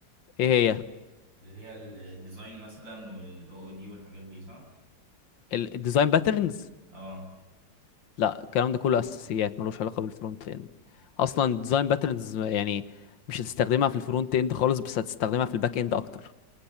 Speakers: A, on the left; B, on the right.
A: ايه هي
B: اللي هي ال- الديزاين مثلا والاو او دي والحاجات دي صح
A: الديزاين باترنز
B: اه
A: لا الكلام ده كله اساسيات ملوش علاقه بالفرونت اند اصلا الديزاين باترنز يعني مش هتستخدمها في الفرونت اند خالص بس هتستخدمها في الباك اند اكتر